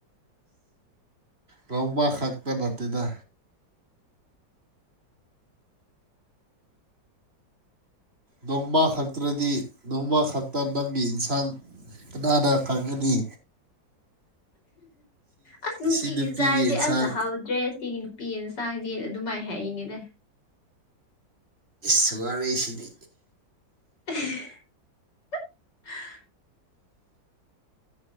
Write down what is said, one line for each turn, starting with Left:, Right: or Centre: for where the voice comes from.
Right: ꯂꯧꯕ ꯈꯛꯇ ꯅꯠꯇꯅ ꯅꯣꯡꯃ ꯈꯛꯇ꯭ꯔꯗꯤ ꯅꯣꯡꯃ ꯈꯛꯇ ꯅꯪꯒꯤ ꯏꯟꯁꯥꯡ ꯀꯅꯥꯅꯥ ꯈꯪꯒꯗꯤ
Left: ꯑꯁ ꯅꯨꯡꯇꯤꯒꯤ
Right: ꯁꯤ ꯅꯨꯄꯤꯒꯤ
Left: ꯆꯥꯔꯗꯤ
Right: ꯏꯟꯁꯥꯡ
Left: ꯑꯁꯇ ꯍꯥꯎꯗ꯭ꯔꯦꯒꯤ ꯅꯨꯄꯤꯅ ꯆꯥꯡꯗꯦꯅ ꯑꯗꯨꯝ ꯃꯥꯏ ꯍꯦ ꯏꯉꯗ
Right: ꯁꯃꯔ ꯁꯤꯗꯤ
Left: <inaudible>